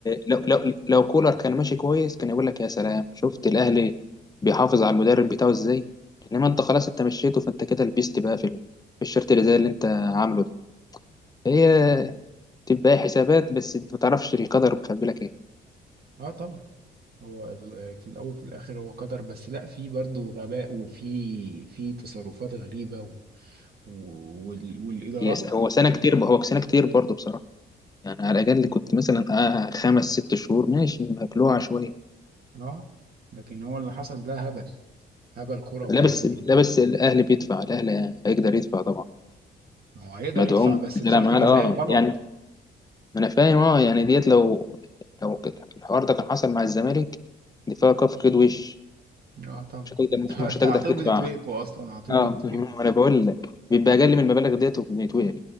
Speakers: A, on the left (about 20°); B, on the right (about 50°).
A: لو لو لو كولر كان ماشي كويس كان يقول لك يا سلام شفت الاهلي بيحافظ على المدرب بتاعه ازاي انما انت خلاص انت مشيته فانت كده لبست بقى في ال- في الشرط اللي زي اللي انت عامله ده هي تبقى حسابات بس انت ما تعرفش القدر مخبي لك ايه
B: اه طبعا هو ال- في الاول في الاخر هو قدر بس لا في برضو غباء وفي في تصرفات غريبه و و- وال- والادارات
A: هي س- هو سنه كتير ب- هو سنه كتير برضه بصراحه يعني على
B: اه
A: الاقل كنت مثلا آه خمس ست شهور ماشي مبلوعه شويه
B: آه، لكن هو اللي حصل ده هبل هبل كروي
A: لا بس
B: يعني
A: لا بس الاهلي بيدفع الاهلي هيقدر يدفع طبعا
B: ما هو هيقدر
A: مدعوم
B: يدفع بس
A: بيلعب
B: شرط
A: معاه
B: جزائي
A: اه
B: غلط
A: يعني ما انا فاهم اه يعني ديت لو لو الحوار ده كان حصل مع الزمالك دي فيها كف كده وش
B: اه طبعا
A: مش هتقدر
B: <laughs>
A: مش مش
B: انت
A: هتقدر
B: على طول
A: تدفع
B: بتتوقفوا اصلا على طول
A: اه
B: بتتوقفوا
A: <laughs> ما انا بقول لك بيبقى اقل من المبالغ ديت وبيتوقف